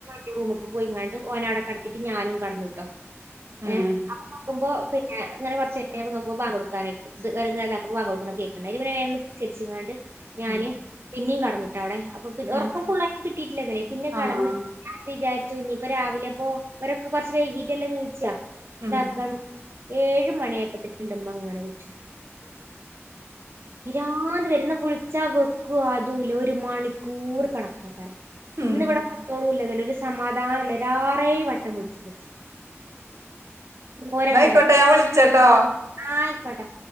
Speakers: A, on the right (about 55°); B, on the right (about 80°).
A: ഈ റൂമ്ക്ക് പോയിങ്ങാണ്ട് ഓനവടെ കടത്തിട്ട് ഞാനും കടന്നുട്ടോ ഏ
B: ഏഹ്
A: അപ്പൊ നോക്കുമ്പോ പി ന്നെ ങ്ങനെകൊർച്ചയ് നോക്ക്മ്പോ ബാങ്ക് കൊടുക്കാനായ്ക്ക്ണ് <unintelligible> അയ്ലെ പിന്നെ വേം നിസ്ക്കരിച്ച്ങ്ങാണ്ട് ഞാന്
B: ഉം
A: പിന്നിം കെട്ന്നു ട്ടോ അവടെ അപ്പൊ പി
B: ആഹ്
A: ഒർക്കം ഫുള്ളായി കിട്ടിട്ടില്ലന്നലെ പിന്നെ കെടന്ന്
B: ആഹ്
A: ഞാൻ വിചാരിച്ചു ഞ്ഞിപ്പോ രാവിലെ പ്പോ ഇവരൊക്കെ കൊർച്ച് വൈകീട്ടല്ലെ നീച്ചാ
B: ഉം
A: ഇതാക്കാൻ ഏഴ് മണിയപ്പത്തേന്ൻ്റുമ്മ അങ്ങനെ വിളിച്ചു - പിരാന്ത് വരും ന്നാ വിളിച്ചാ വെക്വോ അതൂല്ല ഒര് മണിക്കൂർ കണക്കാക്കാരം
B: ഉം
A: ഇന്ന് ഇവ്ടെ കുട്വോളുംല്ല ഒരു സമാധാനുല്ല ഒരാറെയ് വട്ടം വിള്ച്ച് ഓരോ
B: ന്നായിക്കോട്ടെ
A: കാര്യം
B: ഞാൻ വിളിച്ചട്ടോ
A: ആയിക്കോട്ടെ